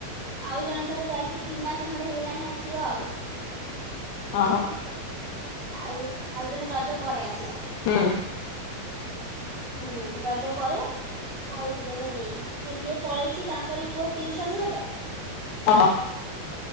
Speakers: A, on the right; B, on the left.
A: ଆଉ ଜଣେ ତାରେ ଯାଇଚି ଦି ମାସ ଖଣ୍ଡେ ହେଇଗଲାଣି ଆସିବ ଆଉ।
B: ଅହ।
A: ଆଉ ଆଉ ଜଣେ ରଜ ପରେ ଆସିବ।
B: ହୁଁ।
A: ହୁଁ ରଜ ପରେ ଆଉ ଜଣେ ସିଏ ଯିଏ ପଳେଇଚି ତାଙ୍କରି ପୁଅ ଟିଉସନ୍ ହୁଏ ତ।
B: ଅହ।